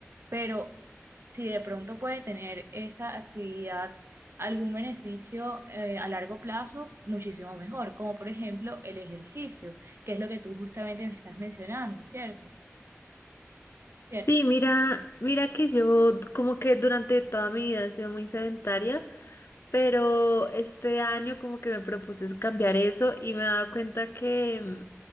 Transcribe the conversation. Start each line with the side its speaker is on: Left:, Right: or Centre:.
Right: Pero si de pronto puede tener esa actividad algún beneficio eh, a largo plazo, muchísimo mejor, como por ejemplo el ejercicio, que es lo que tú justamente me estás mencionando, ¿cierto? ¿Cierto?
Left: Sí, mira, mira que yo como que durante toda mi vida he sido muy sedentaria. pero este año como que me propuse cambiar eso y me he dado cuenta que, mm,